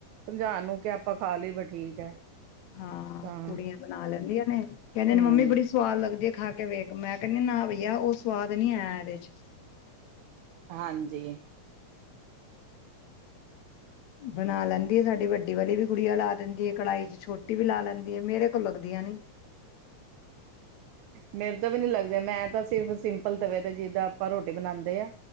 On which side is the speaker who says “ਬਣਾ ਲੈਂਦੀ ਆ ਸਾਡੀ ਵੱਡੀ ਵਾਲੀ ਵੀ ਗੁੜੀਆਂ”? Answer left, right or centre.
Left